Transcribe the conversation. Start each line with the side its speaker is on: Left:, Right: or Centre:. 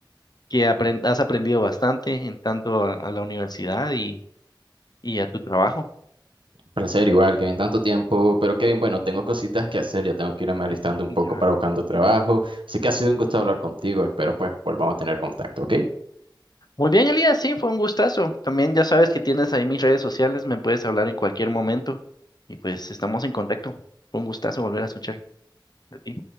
Left: que apren- has aprendido bastante en tanto a, a la universidad y, y a tu trabajo.
Right: placer, igual, que en tanto tiempo. Pero Kevin, bueno, tengo cositas que hacer, ya tengo que irme alistando un
Left: Ya.
Right: poco para buscando trabajo. Así que ha sido un gusto hablar contigo, espero pues volvamos a tener contacto, ¿ok?
Left: Muy bien, Elías, sí, fue un gustazo. También ya sabes que tienes ahí mis redes sociales, me puedes hablar en cualquier momento y pues estamos en contacto. Fue un gustazo volver a escuchar de ti.